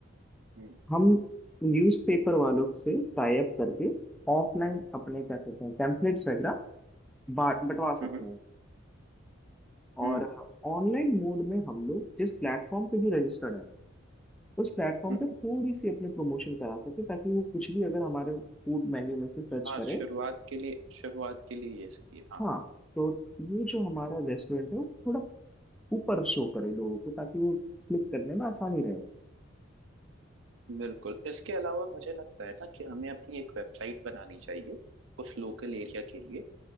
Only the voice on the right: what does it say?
हम्म
हम्म
हम्म
हम्म,
हम्म।
हाँ
शुरुआत के लिए शुरुआत के लिए ये सही है हाँ
बिल्कुल इसके अलावा मुझे लगता है ना कि हमें अपनी एक वेबसाइट बनानी चाहिए उस लोकल एरिया के लिए